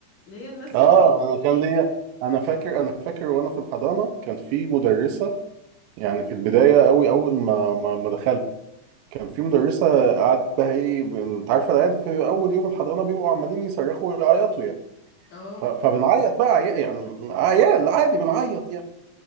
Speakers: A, on the left; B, on the right.
A: اللي هي الناس
B: اه
A: اللي هي ايه
B: أنا كان ليا أنا فاكر أنا فاكر وأنا في الحضانة كان في مدرسة يعني في البداية أوي أول ما ما ما دخلت كان في مدرسة قعدت بقى إيه بن- أنت عارفة العيال في أول يوم الحضانة بيبقوا عمالين يصرخوا ويعيطوا يعني
A: اه
B: ف- فبنعيط بقى عيا- يعني عيال عادي بنعيط يعني